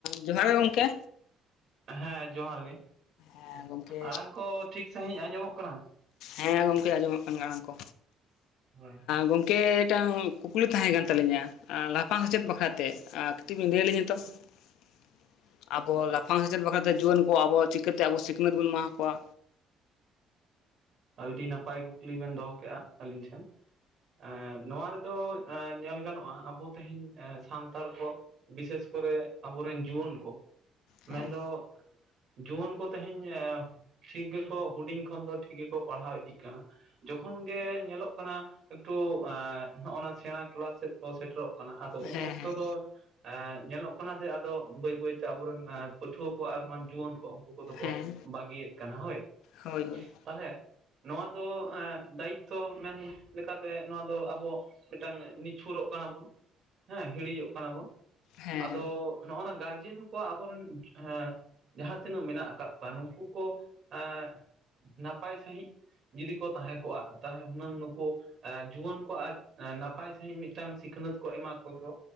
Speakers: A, on the left; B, on the right.
A: ᱡᱚᱦᱟᱨ ᱜᱮ ᱜᱚᱝᱠᱮ
B: ᱦᱮᱸ ᱡᱚᱦᱟᱨ ᱜᱮ
A: ᱦᱮᱸ ᱜᱚᱢᱠᱮ
B: ᱟᱲᱟᱝ ᱠᱚ ᱴᱷᱤᱠ ᱥᱟᱺᱦᱤᱡ ᱟᱸᱡᱚᱢᱚᱜ ᱠᱟᱱᱟ?
A: ᱦᱮᱸ ᱜᱚᱝᱠᱮ ᱟᱸᱡᱚᱢᱚᱜ ᱠᱟᱱ ᱟᱲᱟᱝ ᱠᱚ
B: ᱦᱳᱭ
A: ᱜᱚᱢ ᱠᱮ ᱴᱟᱝ ᱠᱩᱠᱞᱤ ᱛᱟᱦᱮᱸ ᱠᱟᱱ ᱛᱟᱹᱞᱤᱧᱟ ᱟᱨ ᱞᱟᱯᱷᱝ ᱥᱮᱪᱮᱫ ᱵᱟᱠᱷᱨᱟ ᱛᱮ ᱟᱨ ᱠᱟᱹᱴᱤᱜ ᱵᱤᱱ ᱞᱟᱹᱭᱟᱞᱤᱧᱟ ᱛᱚ ᱾ ᱟᱵᱚ ᱞᱟᱯᱷᱟᱝ ᱥᱮᱪᱮᱫ ᱵᱟᱠᱷᱨᱟᱛᱮ ᱡᱩᱣᱟᱹᱱ ᱠᱚ ᱟᱵᱚ ᱪᱤᱠᱟᱹᱛᱮ ᱟᱵᱚ ᱥᱤᱠᱷᱱᱟᱹᱛ ᱵᱚᱱ ᱮᱢᱟᱠᱚᱣᱟ?
B: ᱟᱹᱰᱤ ᱱᱟᱯᱟᱭ ᱠᱩᱠᱞᱤ ᱵᱤᱱ ᱫᱚᱦᱚ ᱠᱮᱫᱮᱜᱼᱟ ᱟᱹᱞᱤᱧ ᱴᱷᱮᱱ ᱮ ᱱᱚᱣᱟ ᱨᱮᱫᱚ ᱮ ᱧᱮᱞ ᱜᱟᱱᱚᱜᱼᱟ ᱟᱵᱚ ᱛᱮᱦᱮᱧ ᱥᱟᱱᱛᱟᱲ ᱠᱚ ᱵᱤᱥᱮᱥ ᱠᱚᱨᱮ ᱟᱵᱚᱨᱮᱱ ᱡᱩᱣᱟᱹᱱ ᱠᱚ
A: ᱦᱮᱸ
B: ᱢᱮᱱᱫᱚ ᱡᱩᱣᱟᱹᱱ ᱠᱚ ᱛᱮᱦᱮᱧ ᱮ ᱴᱷᱤᱠ ᱜᱮᱠᱚ ᱦᱩᱰᱤᱧ ᱠᱷᱚᱱ ᱫᱚ ᱴᱷᱤᱠ ᱜᱮᱠᱚ ᱯᱟᱲᱦᱟᱣ ᱤᱫᱤᱜ ᱠᱟᱱᱟ ᱡᱚᱠᱷᱚᱱ ᱜᱮ ᱧᱮᱞᱚᱜ ᱠᱟᱱᱟ ᱮᱠᱴᱩ ᱮᱸ ᱱᱚᱜᱼᱱᱟ ᱥᱮᱬᱟ ᱠᱮᱞᱟᱥ ᱥᱮᱫ ᱠᱚ ᱥᱮᱴᱮᱨᱚᱜ ᱠᱟᱱᱟ ᱟᱫᱚ ᱩᱱ
A: ᱦᱮᱸ
B: ᱚᱠᱛᱚ
A: ᱦᱮᱸ
B: ᱫᱚ ᱧᱮᱞᱚᱜ ᱠᱟᱱᱟ ᱡᱮ ᱟᱫᱚ ᱵᱟᱹᱭ ᱵᱟᱹᱭᱛᱮ ᱟᱵᱚᱨᱮᱱ ᱮ ᱯᱟᱹᱴᱷᱩᱣᱟᱹ ᱠᱚ ᱟᱨ ᱵᱟᱝ ᱡᱩᱣᱟᱹᱱ ᱠᱚ ᱩᱱᱠᱩ ᱠᱚᱫᱚ ᱠᱚ
A: ᱦᱮᱸ
B: ᱵᱟᱹᱜᱤᱭᱮᱫ ᱠᱟᱱᱟ ᱦᱳᱭ
A: ᱦᱳᱭ ᱦᱳᱭ
B: ᱛᱟᱦᱞᱮ ᱱᱚᱣᱟ ᱫᱚ ᱮ ᱫᱟᱭᱤᱛᱛᱚ ᱢᱮᱱ ᱞᱮᱠᱟᱛᱮ ᱱᱚᱣᱟ ᱫᱚ ᱟᱵᱚ ᱢᱤᱫᱴᱟᱝ ᱱᱤᱪᱷᱩᱨᱚᱜ ᱠᱟᱱᱟ ᱵᱚᱱ ᱦᱮᱸ ᱦᱤᱲᱤᱡᱚᱜ ᱠᱟᱱᱟ ᱵᱚᱱ
A: ᱦᱮᱸ
B: ᱟᱫᱚ ᱱᱚᱜᱼᱱᱚᱣᱟ ᱜᱟᱨᱡᱮᱱ ᱠᱚᱣᱟᱜ ᱟᱵᱚᱨᱮᱱ ᱦᱮᱸ ᱡᱟᱦᱟᱸ ᱛᱤᱱᱟᱹᱜ ᱢᱮᱱᱟᱜ ᱟᱠᱟᱜ ᱠᱚᱣᱟ ᱱᱩᱝᱠᱩ ᱠᱚ ᱮ ᱱᱟᱯᱟᱭ ᱥᱟᱺᱦᱤᱜ ᱡᱩᱫᱤ ᱠᱚ ᱛᱟᱦᱮᱸ ᱠᱚᱜᱼᱟ ᱛᱟᱦᱚᱞᱮ ᱦᱩᱱᱟᱹᱝ ᱱᱩᱠᱩ ᱮ ᱡᱩᱣᱟᱹᱱ ᱠᱚ ᱟᱡ ᱱᱟᱯᱟᱭ ᱥᱟᱺᱦᱤᱡ ᱢᱤᱫᱴᱟᱱ ᱥᱤᱠᱷᱱᱟᱹᱛ ᱠᱚ ᱮᱢᱟ ᱠᱮᱠᱚ